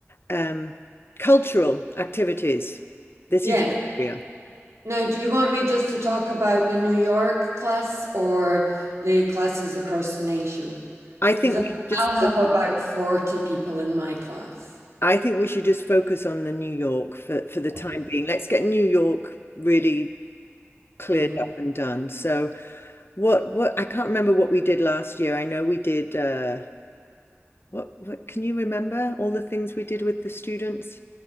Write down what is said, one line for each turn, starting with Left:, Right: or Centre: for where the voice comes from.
Left: um, cultural activities. This
Right: Yes.
Left: is your area.
Right: Now, do you want me just to talk about the New York class or the classes across the nation?
Left: I think
Right: Because
Left: we should just
Right: I'll have about 40 people in my class.
Left: I think we should just focus on the New York for, for the time
Right: Okay.
Left: being. Let's get New York really cleared
Right: Mhm.
Left: up and done. So what what I can't remember what we did last year. I know we did uh what what can you remember all the things we did with the students?